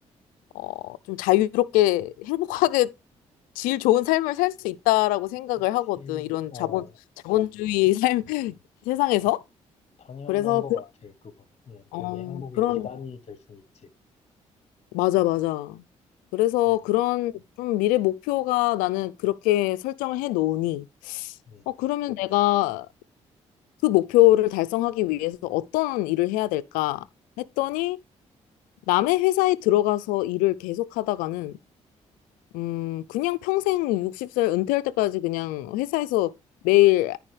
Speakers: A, on the left; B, on the left.
A: 어, 좀 자유롭게 행복하게 질 좋은 삶을 살 수 있다라고 생각을
B: 그치.
A: 하거든. 이런
B: 어,
A: 자본, 자본주의 삶, <laughs> 세상에서.
B: 당연한
A: 그래서
B: 것
A: 그,
B: 같아, 그거. 음,
A: 어,
B: 돈이 행복의
A: 그런
B: 기반이 될 순 있지.
A: 맞아 맞아. 그래서
B: 음,
A: 그런 좀 미래 목표가 나는 그렇게 설정을 해 놓으니
B: 음.
A: 어 그러면 내가 그 목표를 달성하기 위해서 어떤 일을 해야 될까 했더니 남의 회사에 들어가서 일을 계속 하다가는 음 그냥 평생 60살 은퇴할 때까지 그냥 회사에서 매일